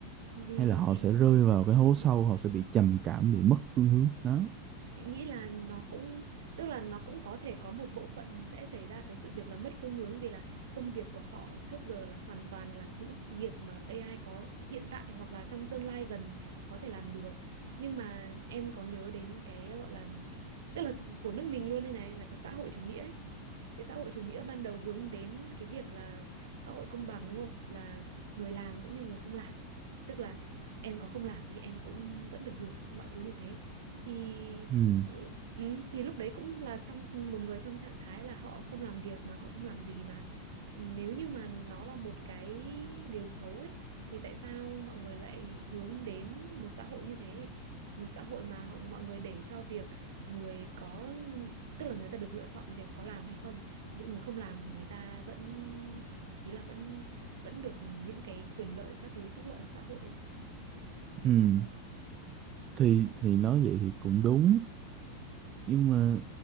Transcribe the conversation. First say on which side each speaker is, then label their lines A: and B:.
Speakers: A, on the right; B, on the right.
A: thì
B: hay là họ
A: chị
B: sẽ rơi vào cái hố sâu họ sẽ bị trầm cảm bị mất phương hướng đó
A: Chị nghĩ là nó cũng tức là nó cũng có thể có một bộ phận sẽ xảy ra cái sự việc là mất phương hướng vì là công việc của họ trước giờ là hoàn toàn là những việc mà AI có hiện tại hoặc là trong tương lai gần có thể làm được. Nhưng mà em có nhớ đến cái gọi là tức là của nước mình luôn đây này là cái xã hội chủ nghĩa ấy cái xã hội chủ nghĩa ban đầu hướng đến cái việc là xã hội công bằng đúng không là người làm cũng như người không làm tức là em có không làm thì em cũng vẫn được hưởng mọi thứ như thế thì
B: ừ
A: ừ, ừ, thì lúc đấy cũng là trong một người trong trạng thái là họ không làm việc mà họ không làm gì mà nếu như mà nó là một cái điều xấu ấy thì tại sao mọi người lại hướng đến một xã hội như thế một xã hội mà họ, mọi người để cho việc người có tức là người ta được lựa chọn việc có làm hay không ví dụ người không làm thì người ta vẫn ý là vẫn vẫn được những cái quyền lợi các thứ phúc lợi của xã hội
B: ừ thì thì nói vậy thì cũng đúng nhưng mà